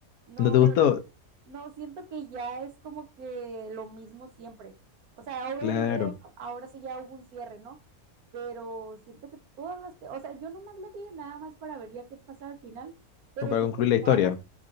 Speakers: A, on the right; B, on the left.
A: no,
B: ¿No te
A: la
B: gustó?
A: verdad No, siento que ya es como que lo mismo siempre. O sea, obviamente
B: Claro,
A: o- ahora sí ya hubo un cierre, ¿no? Pero siento que todas las, te- o sea, yo nomás la vi nada más para ver ya qué pasa al final, pero
B: como para
A: siento
B: concluir
A: que
B: la historia.
A: todas las,